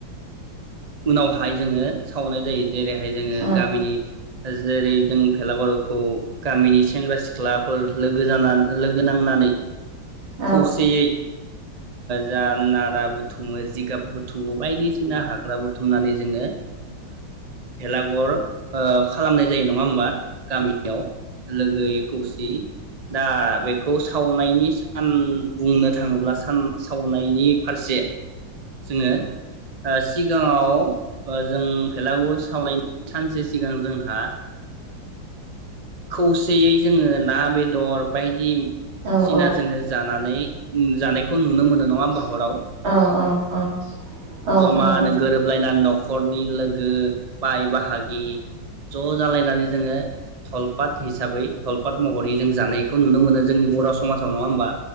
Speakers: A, on the right (about 30°); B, on the right (about 80°).
A: उनावहाय जोङो सावनाय जायो जेरैहाय जोङो
B: औ
A: गामिनि जेरै जों फेलागार'खौ गामिनि सेंग्रा सिख्ला फोर लोगो जा लोगो नांनानै
B: औ
A: खौसेयै जा नारा बथ' बुथुमो जिगाब बुथुमङो बायदिसिना हाग हाग्रा बुथुमनानै जोङो भेलागर खालामनाय जायो नङा होमबा? गामियाव लोगोै खौसेयै दा बेखौ सावनायनि सान बुंनो थाङोब्ला सान सावनायनि फारसे जोङो सिगाङाव जों भेलागुर सावनायनि सानसे सिगां जोंहा खौसेयै जोङो ना बेदर बायदि सिना
B: औ
A: जोंङो जानानै जानायखौ नुनो मोनो नंङा होमबा?
B: औ
A: हराव
B: औ औ औ। खोनादों
A: मा होनो गोरोबलायना न'खरनि लोगो बाय बाहागि ज' जालायनानै जोंङो धलपात हिसाबै थलपात महरै जों जानायखौ नुनो मोनो जोंनि बर' समाजाव नङा होमबा?